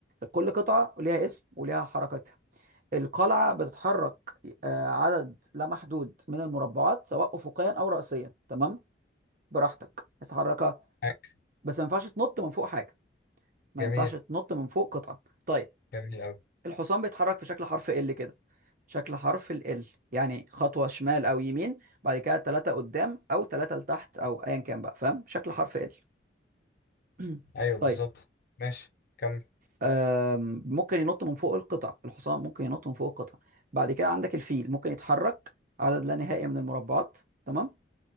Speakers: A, on the right; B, on the left.
A: كل قطعه ليها اسم وليها حركتها القلعه بتتحرك آه، عدد لا محدود من المربعات سواء افقيا او رأسيا تمام براحتك تتحرك
B: معاك
A: بس ما ينفعش تنط من فوق حاجه ما
B: جميل
A: ينفعش تنط من فوق قطعه طيب
B: جميل أوي
A: الحصان بيتحرك في شكل حرف ال كده شكل حرف ال ال يعني خطوه شمال او يمين بعد كده ثلاثه قدام او ثلاثه لتحت او ايا كان بقى فاهم شكل حرف ال <clears throat>
B: أيوة بالظبط
A: طيب
B: ماشي كمل
A: آم، ممكن ينط من فوق القطع الحصان ممكن ينط من فوق القطع بعد كده عندك الفيل ممكن يتحرك عدد لا نهائي من المربعات تمام